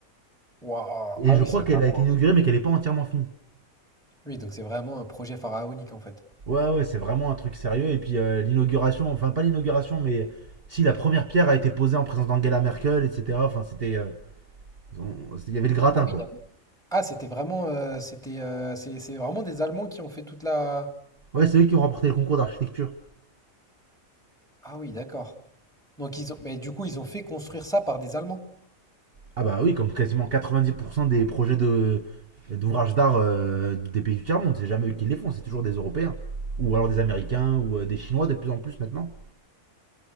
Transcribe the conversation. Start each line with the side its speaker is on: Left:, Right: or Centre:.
Centre: Waouh.
Right: Et
Centre: Ah
Right: je
Centre: oui,
Right: crois
Centre: c'est
Right: qu'elle
Centre: vraiment.
Right: a été inaugurée, mais qu'elle n'est pas entièrement finie.
Centre: Oui, donc c'est vraiment un projet pharaonique en fait.
Right: Ouais, ouais, c'est vraiment un truc sérieux. Et puis, euh, l'inauguration, enfin, pas l'inauguration, mais si la première pierre a été posée en présence d'Angela Merkel, etc. Enfin, c'était. euh, on- c'était- Il y avait le gratin,
Centre: Ah oui,
Right: quoi.
Centre: il y avait- Ah, c'était vraiment, euh, c'était, euh, c'est, c'est vraiment des Allemands qui ont fait toute la.
Right: Ouais, c'est eux qui ont remporté le concours d'architecture.
Centre: Ah oui, d'accord. Donc ils ont, mais du coup, ils ont fait construire ça par des Allemands.
Right: Ah bah oui, comme quasiment 90% des projets de, d'ouvrages d'art euh, des pays du tiers-monde, c'est jamais eux qui les font, c'est toujours des Européens. Ou alors des Américains ou euh, des Chinois de plus en plus maintenant.